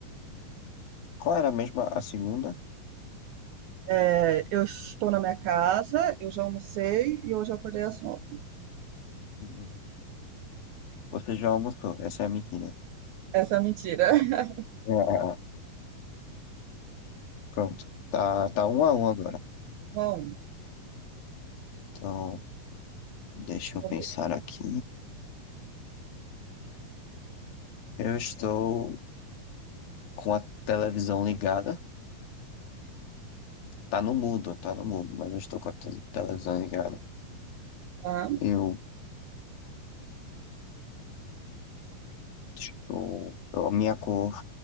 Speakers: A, on the left (about 85°); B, on the right (about 80°).
A: qual era mesmo a segunda?
B: É, eu estou na minha casa, eu já almocei e hoje eu acordei às nove.
A: Hum, Você já almoçou, essa é a mentira.
B: Essa é a mentira. <laughs>
A: Ah, pronto, tá, tá um a um agora.
B: Bom,
A: Então, deixa
B: sua
A: eu pensar
B: vez.
A: aqui. Eu estou com a televisão ligada. Tá no mudo, tá no mudo, mas eu estou com a te- televisão ligada.
B: Tá,
A: Eu Estou, a minha cor,